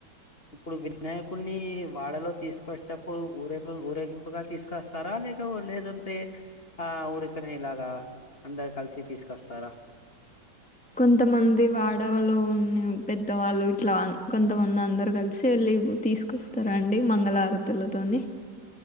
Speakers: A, on the left; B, in the centre.
A: ఇప్పుడు వినాయకుడిని వాడలో తీసుకొచ్చేటప్పుడు ఊరే ఊరేగింపుగా తీసుకొస్తారా లేక లేదంటే ఆ ఊరికనే ఇలాగా అందరు కలిసి తీసుకొస్తారా
B: కొంతమంది వాడలో ఉ పెద్దవాళ్ళు ఇట్లా కొంతమంది అందరు కలిసి వెళ్ళి తీసుకొస్తారండి మంగళారతులతోని